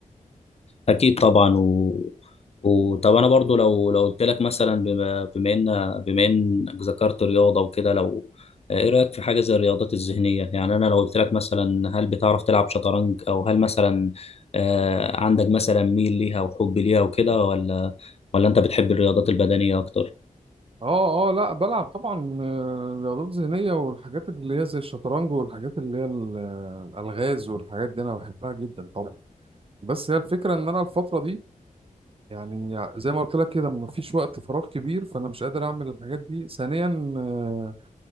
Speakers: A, on the left; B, on the right.
A: اكيد طبعا و... وطب انا برضو لو لو قلت لك مثلا بما بما ان بما انك ذكرت رياضة وكده لو ايه رأيك في حاجة زي الرياضات الذهنية يعني انا لو قلت لك مثلا هل بتعرف تلعب شطرنج او هل مثلا آه عندك مثلا ميل ليها وحب ليها وكده ولا ولا انت بتحب الرياضات البدنية اكتر
B: اه اه لا بلعب طبعا آه، رياضات ذهنيه والحاجات اللي هي زي الشطرنج والحاجات اللي هي ال- الالغاز والحاجات دي انا بحبها جدا طبعا بس هي الفكرة ان انا الفترة دي يعني زي ما قلت لك كده مفيش وقت فراغ كبير فانا مش قادر اعمل الحاجات دي ثانيا آه،